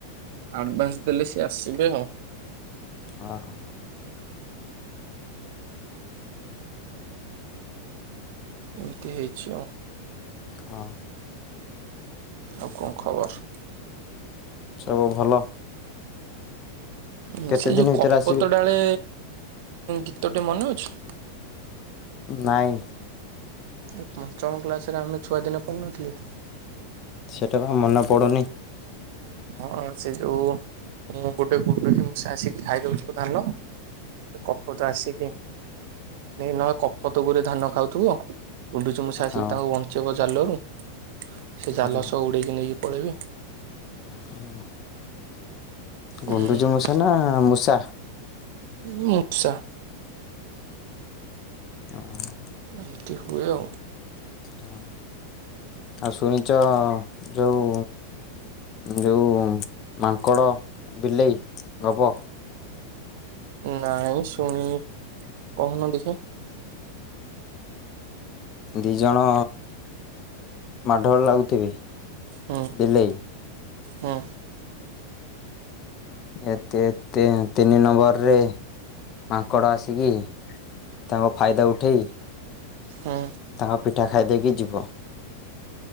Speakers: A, on the right; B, on the left.
A: ଆଡଭାନ୍ସ ଦେଲେ ସିଏ ଆସିବେ ଆଉ।
B: ଓହୋଃ।
A: ଏମିତି ହେଇଛି ଆଉ।
B: ହଁ।
A: ଆଉ କଣ ଖବର?
B: ସବୁ ଭଲ।
A: ଉଁ
B: କେତେ
A: ସେ
B: ଦିନ
A: ଯୋଉ
B: ଭିତରେ
A: କପତ
B: ଆସିବେ?
A: ଡାଳେ ଗୀତଟେ ମନେ ଅଛି?
B: ନାଇଁ।
A: ଏ ପଞ୍ଚମ କ୍ଲାସରେ ଆମେ ଛୁଆଦିନେ ପଢ଼ି ନଥିଲେ।
B: ସେଇଟା ପା ମନେ ପଡୁନି।
A: ହଁ ସେ ଯୋଉ ଉଁ-ଉଁ ଗୋଟେ ଗୁଣ୍ଡୁଚି ମୂଷା ଆସିକି ଖାଇ ଦଉଥିବ ଧାନ। ଏ କପୋତ ଆସିକି ନି ନ କପୋତଗୁରେ ଧାନ ଖାଉଥିବ। ଗୁଣ୍ଡୁଚିମୂଷା ଆସିକି
B: ହଁ
A: ତାଙ୍କୁ ବଞ୍ଚେଇବ ଜାଲରେ ସେ ଜାଲ
B: ହଁ।
A: ସହ ଉଡ଼େଇକି ନେଇକି ପଳେଇବେ।
B: ହୁଁ। ଗୁଣ୍ଡୁଚିମୂଷା
A: ହୁଁ
B: ନା ମୂଷା?
A: ମୂଷା।
B: ହଁ।
A: ଏମିତି ହୁଏ ଆଉ।
B: ହଁ। ଆଉ ଶୁଣିଚ ଯୋଉ ଯୋଉ ମାଙ୍କଡ଼ ବିଲେଇ ଗପ।
A: ନାଇଁ ଶୁଣିନି, କହୁନ ଦେଖିଆ।
B: ଦିଜଣ ମାଡ଼ଗୋଳ ଲାଗୁଥିବେ
A: ହୁଁ
B: ବିଲେଇ।
A: ହୁଁ
B: ଏତେ ଏତେ ତିନି ନମ୍ବର। ରେ ମାଙ୍କଡ଼ ଆସିକି, ତାଙ୍କ ଫାଇଦା ଉଠେଇ
A: ହୁଁ
B: ତାଙ୍କ ପିଠା ଖାଇଦେଇକି ଯିବ।